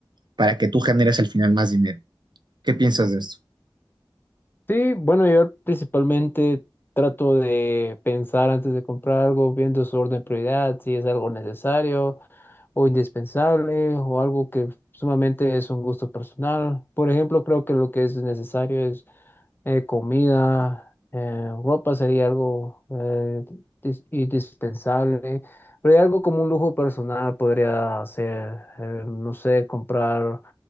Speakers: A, on the right; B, on the left.
A: para que tú generes al final más dinero. ¿Qué piensas de esto?
B: Sí, bueno, yo principalmente trato de pensar antes de comprar algo, viendo su orden de prioridad, si es algo necesario o indispensable o algo que sumamente es un gusto personal. Por ejemplo, creo que lo que es necesario es eh, comida, eh, ropa sería algo eh, dis- indispensable, pero hay algo como un lujo personal podría ser, eh, no sé, comprar